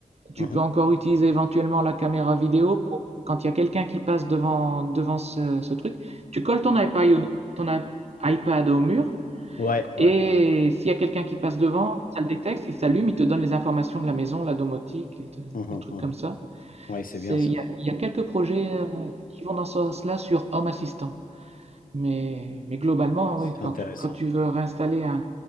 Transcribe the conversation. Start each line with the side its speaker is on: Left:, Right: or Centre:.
Right: Tu
Left: mhm.
Right: peux encore utiliser éventuellement la caméra vidéo pour- quand il y a quelqu'un qui passe devant, devant ce, ce truc. Tu colles ton iPad, au- ton i- iPad au mur
Left: Ouais, ouais,
Right: et
Left: ouais.
Right: s'il y a quelqu'un qui passe devant, ça le détecte, il s'allume, il te donne les informations de la maison, la domotique, les, tru-
Left: Mhm,
Right: les trucs
Left: mhm.
Right: comme ça.
Left: Ouais, c'est
Right: C'est,
Left: bien ça.
Right: il y a, il y a quelques projets euh, qui vont dans ce sens-là sur Home Assistant. Mais, mais globalement,
Left: C'est
Right: oui, quand
Left: intéressant.
Right: tu, quand tu veux réinstaller un,